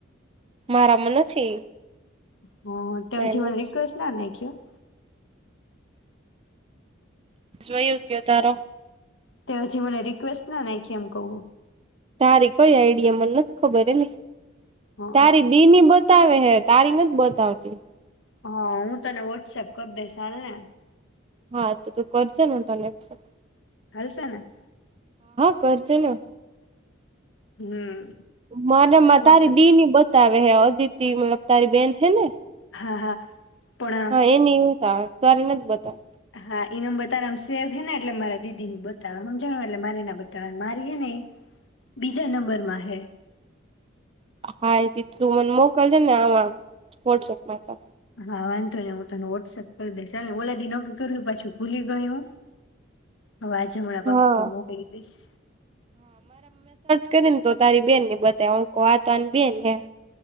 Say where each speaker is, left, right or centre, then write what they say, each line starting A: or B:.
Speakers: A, on the right; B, on the left.
A: મારાંમાં નથી.
B: હમ્મ તો પછી
A: વયો
B: મને રિક્વેસ્ટ ના નાખ્યો. <unintelligible>
A: <unintelligible> યોગ્ય તારો.
B: તે હજી મને રિક્વેસ્ટ ના નાયખી એમ કવ.
A: તારી કોઈ આઈડિયા મને નથી ખબર એલી.
B: હ
A: તારી દી ની બધ બતાવે હે તારી નથી બતાવતી.
B: હા હું તને વોટ્સએપ કરી દઈશ હાલને.
A: હા તો તું કરસે ને <unintelligible>
B: હાલસે ને.
A: પણ છેને
B: હમ
A: મને માં
B: વોટ્સએપ
A: તારી દી ની બતાવે. અહીંયા અદિતિમાં તારી બેન હે ને.
B: હા હા પણ
A: હા એની તા તારી નથ બતાવ.
B: હા ઈ નંબર તારામાં સેવ હે ને એટલે મારા દીદી ને બતાવે સમજણો એટલે મારે ના બતાવે મારી હે ને એ બીજા નંબરમાં હૈ.
A: હા એ <unintelligible> મને મોકલજે ને આવા વોટ્સએપમાં <unintelligible>
B: હા વાંધો ને હું તને વોટ્સએપ કરી દઈશ ચાલ ને ઓલા દિન નોકી કર પાછું ભૂલી ગઈ હો. હવે આજે હમણાં
A: હા
B: <unintelligible> દઈશ.
A: કરી ને તો તારી બેન ને બતા અંકો આ તો બેન હે.